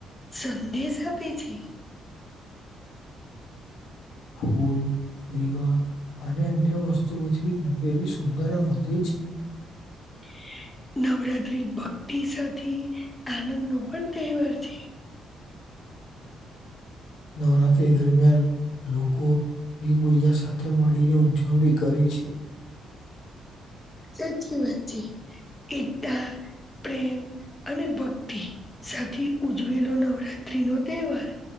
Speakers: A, on the left; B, on the left.
A: સંદેશ આપે છે. <inaudible>
B: ફૂલ, દીવા અને અન્ય વસ્તુઓથી મંદિરની સુંદર વધે છે.
A: <inaudible> નવરાત્રી ભક્તિ સાથે આનંદ નો પણ તહેવાર છે.
B: નવરાત્રી દરમિયાન લોકો એક બીજા સાથે મળીને ઉજવણી કરે છે.
A: સાચી વાત છે એકતા, પ્રેમ અને ભક્તિ સાથે ઉજવેલો નવરાત્રી નો તહેવાર